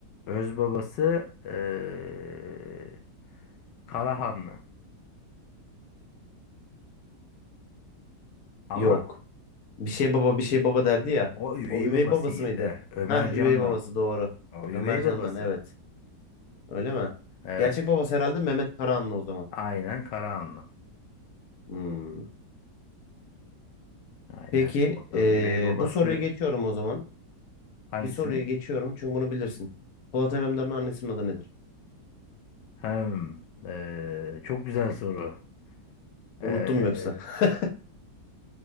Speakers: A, on the left; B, on the left.
A: Öz babası ee, Karahanlı. Ama
B: Yok. Bir şey baba bir şey baba derdi ya.
A: o üvey
B: O üvey
A: babası
B: babası
A: işte.
B: mıydı?
A: Ömer
B: Ha
A: Candan.
B: üvey babası doğru.
A: O üvey
B: Ömer Can'dan
A: babası.
B: evet. Öyle mi?
A: Evet.
B: Gerçek babası herhalde Mehmet Karahanlı o zaman.
A: Aynen Karahanlı.
B: Hmm.
A: Aynen.
B: Peki
A: Orada
B: eee,
A: üvey babası
B: bu soruyu geçiyorum o zaman.
A: hangisini?
B: Bir soruyu geçiyorum çünkü bunu bilirsin. Polat Alemdar'ın annesinin adı nedir?
A: Hem. eee, çok güzel soru. Eee,
B: Unuttun mu yoksa? <laughs>